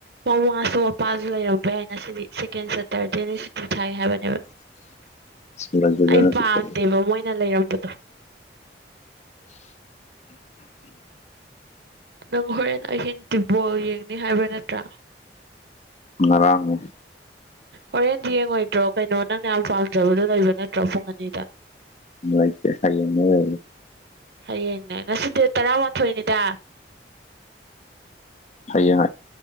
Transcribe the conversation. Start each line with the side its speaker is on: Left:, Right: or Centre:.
Right: ꯃꯃꯥꯁꯨ ꯃꯄꯥꯁꯨ ꯂꯩꯔꯝꯕ ꯌꯥꯏ ꯉꯁꯤꯗꯤ ꯁꯦꯀꯦꯟ ꯁꯦꯇꯔꯗꯦꯗꯤ ꯁꯨꯇꯤ ꯊꯥꯏ ꯍꯥꯏꯕꯅꯦꯕ
Left: <unintelligible>
Right: ꯑꯩ ꯄꯥꯝꯗꯦꯕ ꯃꯣꯏꯅ ꯂꯩꯔꯝꯕꯗꯣ ꯅꯪ ꯍꯣꯔꯦꯟ ꯑꯍꯤꯡ ꯐꯨꯠꯕꯣꯜ ꯌꯦꯡꯅꯤ ꯍꯥꯏꯕ ꯅꯠꯇ꯭ꯔꯥ
Left: ꯉꯔꯥꯡꯅꯤ
Right: ꯍꯣꯔꯦꯟꯗꯤ ꯌꯦꯡꯉꯣꯏꯗ꯭ꯔꯣ ꯀꯩꯅꯣ ꯅꯪꯅ ꯌꯥꯝ ꯄꯥꯝꯖꯕꯗꯨ ꯂꯩꯕ ꯅꯠꯇ꯭ꯔꯣ ꯄꯨꯡ ꯑꯅꯤꯗ
Left: ꯂꯩꯇꯦ ꯍꯌꯦꯡꯅꯤ ꯂꯩꯔꯤꯁꯤ
Right: ꯍꯌꯦꯡꯅꯦ ꯉꯁꯤꯗꯤ ꯗꯦꯠ ꯇꯔꯥꯃꯥꯊꯣꯏꯅꯤꯗ
Left: ꯍꯌꯦꯡ